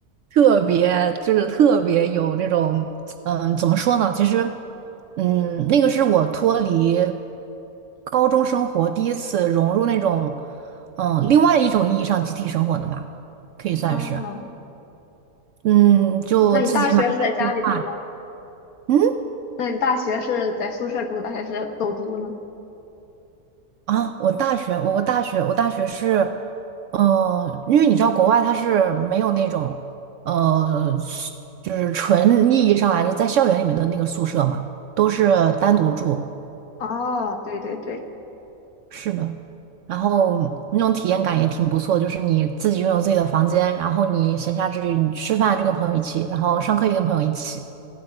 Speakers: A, on the right (about 70°); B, on the left (about 70°).
A: 特别就是特别有那种，嗯，怎么说呢？其实，嗯，那个是我脱离高中生活第一次融入那种，嗯，另外一种意义上集体生活的吧，可以算是。
B: 哦，
A: 嗯，就自己买菜做饭
B: 那你大学是在家里住的？
A: 嗯
B: 那你大学是在宿舍住的还是走读呢？
A: 啊，我大学，我我大学，我大学是，呃，因为你知道国外它是没有那种，呃，是就是纯意义上来的在校园里面的那个宿舍嘛，都是单独住。
B: 哦，对对对。
A: 是的，然后那种体验感也挺不错，就是你自己拥有自己的房间，然后你闲暇之余你吃饭就跟朋友一起，然后上课也跟朋友一起。